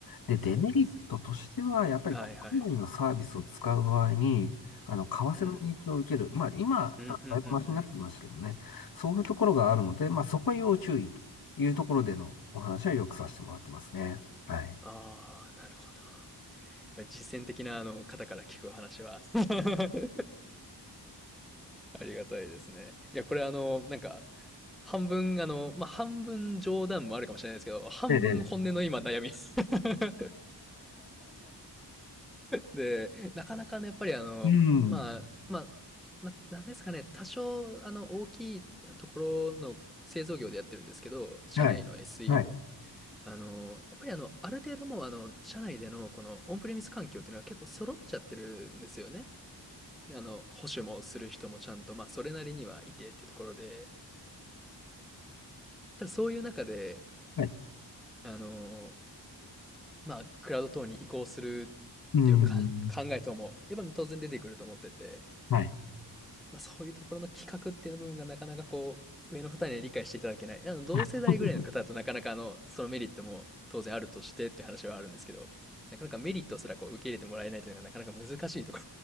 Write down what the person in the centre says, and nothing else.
そうですよね。
はいはい。
うん
うんうん。
うん、ふんふんふん。
ああ、なるほど。やっぱり実践的なあの方から聞くお話は。<laughs> ありがたいですね。いや、これあの、なんか、半分あの、まあ、半分冗談もあるかもしれないですけど、半分本音の今悩み。
<laughs> で、なかなかね、やっぱりあの、
まあ、まあ、まあ、なんですかね、多少あの、大きいところの製造業でやってるんですけど、社内の
SE
を。あの、やっぱりあの、ある程度もうあの、社内でのこのオンプレミス環境っていうのは結構揃っちゃってるんですよね。で、あの、保守もする人もちゃんと、まあ、それなりにはいてってところで、ただそういう中で、
あの、まあ、クラウド等に移行するっていうか考え等も、
やっぱり当然出てくると思ってて、
まあ、そういうところの企画っていう部分がなかなかこう、上の方には理解していただけない。あの、同世代ぐらいの方だとなかなかあの、
そのメリットも当然あるとしてっていう話はあるんですけど、なかなかメリットすらこう受け入れてもらえないというのがなかなか難しいとこ